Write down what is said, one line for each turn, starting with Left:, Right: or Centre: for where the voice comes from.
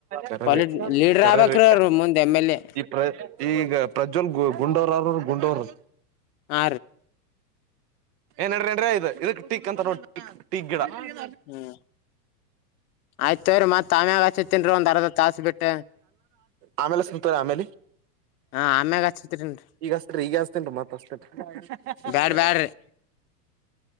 Right: ಕರ
Left: ಪಾಲಿಟ್ ಲೀಡರ್
Right: ಕರರಿ
Left: ಆಗ್ಬೇಕ್ರೀ ಅವ್ರು ಮುಂದ್ ಎಮ್ ಎಲ್ ಎ
Right: ಈ ಪ್ರ ಈಗ ಪ್ರಜ್ವಲ್ ಗ ಗುಂಡವರಾದರು ಗುಟೂರು
Left: ಆ
Right: ಏನ್ಡ್ರ ನಡ್ರ ಇ ಇದಕ್ ಟಿಕ್ ಅಂತ ನೋಡಿಕ್ ಟೀಕ್ ಗಿಡ ಆಯ್ತ್
Left: ಹ್ಮ್ ಆಯ್ತವ್ರೀ ಮತ್ ಆಮ್ಯಾಗ ಹಚ್ಚತೇನ್ರಿ ಒಂದ್ ಅರ್ಧ ತಾಸ ಬಿಟ್ಟ
Right: ಆಮೇಲೆ ಸತಾರೆ ಆಮೇ
Left: ಹಾ ಆಮ್ಯಾಗ ಹಚ್ಚತೇನ್ರಿ
Right: ಈಗ ಅಸ್ತರಿ ಈಗ ಹಸ್ತೇನ್ ಮತ್ ಅಸ್ತೇನ್ರಿ ಹ್ಮ್ಮ್.
Left: ಬ್ಯಾಡ್ ಬ್ಯಾಡ್ರಿ